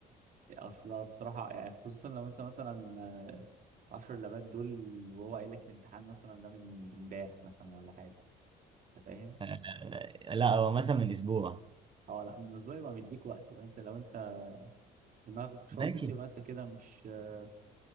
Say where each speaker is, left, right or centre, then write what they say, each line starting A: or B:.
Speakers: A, on the right (about 55°); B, on the right (about 30°).
A: اصلا بصراحة يعني خصوصا لو انت مثلا آه، عشر لبات دول وهو قايل لك الامتحان مثلا ده من من امبارح مثلا ولا حاجة انت فاهم؟
B: <laughs> لا هو مثلا من اسبوع
A: اه لا من اسبوع يبقى مديك وقت يبقى انت لو انت دماغك شاطت
B: ماشي
A: يبقى انت كده مش آه،